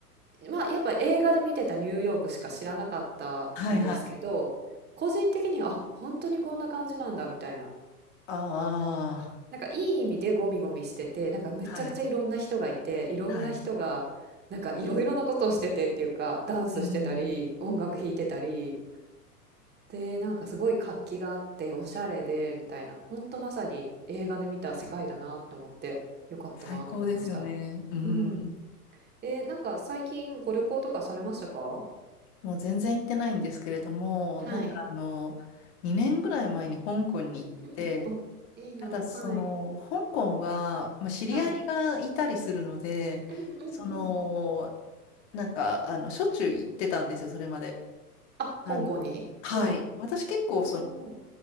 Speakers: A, on the right; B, on the left.
A: まあ、やっぱ映画で見てたニューヨークしか知らなかったんですけど、
B: はい、はい。
A: 個人的には、あ、本当にこんな感じなんだ、みたいな。
B: ああ、
A: なんか、いい意味でゴミゴミしてて、なんか、めちゃくちゃいろんな人がいて、
B: はい、
A: いろんな人が、
B: はい。
A: なんか、いろいろなことをしててっていうか、ダンスしてたり、
B: うん。
A: 音楽弾いてたり、で、なんかすごい活気があっておしゃれでみたいな、ほんとまさに映画で見た世界だなって思って、よかったなって思いました。
B: 最高ですよね。うん。
A: うん。えー、なんか最近ご旅行とかされましたか
B: もう全然行ってないんですけれども、
A: はい。
B: なんかあの、2年ぐらい前に香港に行って、
A: うんうん。お、いいな。
B: ただその、
A: はい。
B: 香港は、まあ、知り合いがいたりするので、
A: はい。うんうんうん。
B: その、なんか、あの、しょっちゅう行ってたんですよ、それまで。
A: あ、
B: あの、
A: 香港にはい。
B: はい。私結構、
A: おお
B: その、